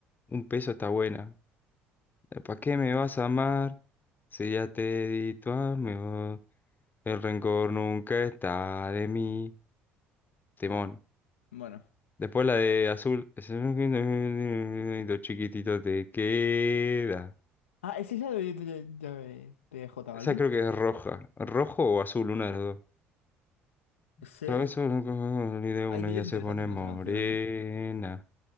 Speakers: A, on the left; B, on the left.
A: Un peso está buena. ¿Para qué me vas a amar? Si ya te di tu amor. El rencor nunca está de mí. Timón.
B: bueno.
A: Después la de azul. Es un Dos chiquititos te queda.
B: Ah, ¿es esa de, de, de, de J
A: Esa
B: Balvin?
A: creo que es roja. Rojo o azul, una de las dos.
B: Sí.
A: Otra vez solo con el de una
B: Hay vídeos
A: ya se
B: interesantes
A: pone
B: con
A: morena.
B: esa canción, ¿eh?